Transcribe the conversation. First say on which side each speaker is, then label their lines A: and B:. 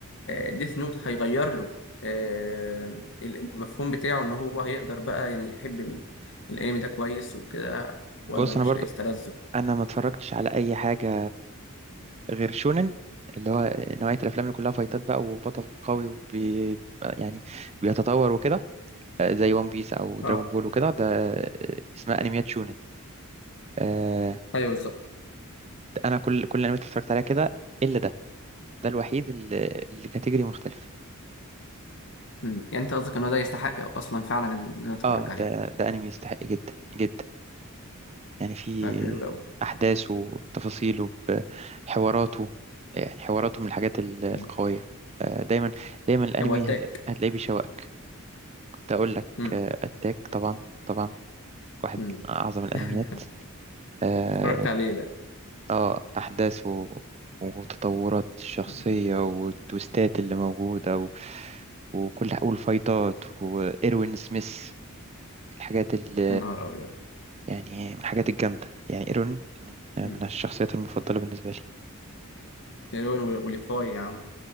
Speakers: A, on the left; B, on the right.
A: ديث نوت هيغير له آه، المفهوم بتاعه ان هو هيقدر بقى يعني يحب ال... الانمي ده كويس وكده ولا
B: بص
A: مش
B: أنا برضو
A: هيستلذه
B: أنا ما اتفرجتش على أي حاجة غير شونن اللي هو نوعية الأفلام اللي كلها فايتات بقى وبطل قوي وبي يعني بيتطور وكده آه، زي ون بيس أو دراجون
A: اه
B: بول وكده ده آه، اسمها أنميات شونن آه،
A: ايوه بالظبط
B: أنا كل كل الأنميات اللي اتفرجت عليها كده إلا ده ده الوحيد اللي, اللي كاتيجوري مختلف
A: مم. يعني انت قصدك ان هو ده يستحق اصلا فعلا ان انا اتفرج
B: اه
A: عليه
B: ده ده انمي يستحق جدا جدا يعني في
A: طيب حلو قوي
B: احداثه وتفاصيله بحواراته يعني حواراته من الحاجات ال- القويه
A: مم.
B: آه دايما دايما الانمي
A: طب واتاك
B: هتل- هتلاقيه بيشوقك كنت اقول لك
A: مم.
B: اتاك طبعا طبعا واحد
A: مم.
B: من اعظم الانميات
A: <laughs>
B: اه
A: اتفرجت عليه ده
B: آه، احداثه وتطورات الشخصيه
A: مم.
B: والتويستات اللي موجوده و... وكل والفايتات وايروين سميث من الحاجات ال
A: يا نهار ابيض
B: يعني من الحاجات الجامدة يعني إيروين من من
A: مم.
B: الشخصيات المفضلة بالنسبة لي
A: مليون ول- وليفاي يا عم